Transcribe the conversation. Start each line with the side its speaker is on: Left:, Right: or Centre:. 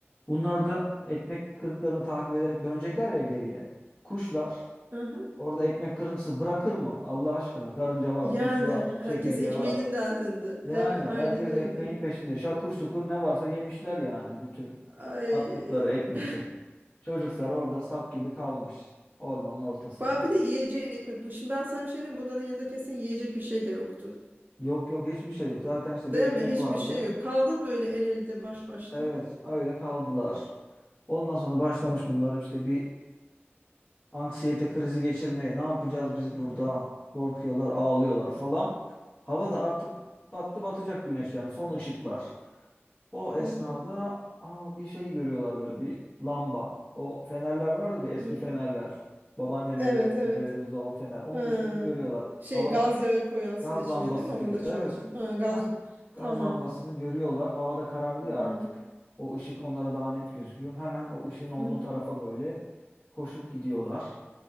Left: Bunlar da ekmek kırıklarını takip ederek dönecekler ya geriye. Kuşlar
Right: Aha.
Left: orada ekmek kırıntısı bırakır mı? Allah aşkına karınca var,
Right: Yani
Left: kuş var,
Right: herkes
Left: çekirge
Right: ekmeğinin
Left: var.
Right: derdinde.
Left: Yani
Right: Evet,
Left: herkes
Right: aynen öyle.
Left: ekmeğin peşinde. Şakır şukur ne varsa yemişler yani bütün
Right: Ay.
Left: attıkları ekmekleri.
Right: <laughs>
Left: Çocuklar orada sap gibi kalmış ormanın ortasında.
Right: Ba-
Left: Bak.
Right: Bir de yiyeceğin ekmek bu. Şimdi ben sana bir şey diyeyim. Bunların yanında kesin yiyecek bir şey de yoktur.
Left: Yok yok hiçbir şey yok. Zaten işte bir
Right: Değil
Left: ekmek
Right: mi? Hiçbir
Left: vardı.
Right: şey yok. Kaldın mı öyle el elde baş başta?
Left: Evet öyle kaldılar. Ondan sonra başlamış bunlar işte bir anksiyete krizi geçirmeye. Ne yapacağız biz burada? Korkuyorlar, ağlıyorlar falan. Hava da artık battı batacak güneş yani son ışıklar. O esnada
Right: Hı hı.
Left: aa, bir şey görüyorlar böyle bir lamba. O fenerler vardır ya eski
Right: Hı
Left: fenerler.
Right: hı.
Left: Babaannelerimizde,
Right: Evet evet.
Left: dedelerimizde olan fener. Onun
Right: Ha.
Left: ışığını görüyorlar.
Right: Şey
Left: Havada
Right: gaz yağı koyarsın
Left: gaz
Right: içine
Left: lambası
Right: değil mi? Onun
Left: gibi.
Right: da
Left: Evet.
Right: çalışır. Ha, gaz.
Left: Heh. Gaz
Right: Tamam.
Left: lambasını görüyorlar. Havada karardı
Right: Hı
Left: ya
Right: hı.
Left: artık. O ışık onlara daha net gözüküyor. Hemen o ışığın olduğu
Right: hı.
Left: tarafa böyle koşup gidiyorlar.